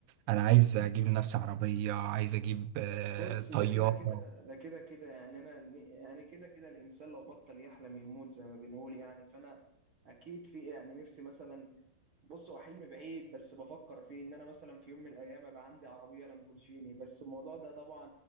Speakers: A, on the right; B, on the right.
A: أنا عايز أجيب لنفسي عربية عايز أجيب آه
B: بص
A: طيارة
B: ده كده كده ده كده كده يعني انا يعني كده كده الانسان لو بطل يحلم يموت زي ما بنقول يعني فانا اكيد في يعني نفسي مثلا بص هو حلم بعيد بس بفكر فيه ان انا مثلا في يوم من الايام ابقى عندي عربيه لامبورجيني بس الموضوع ده طبعا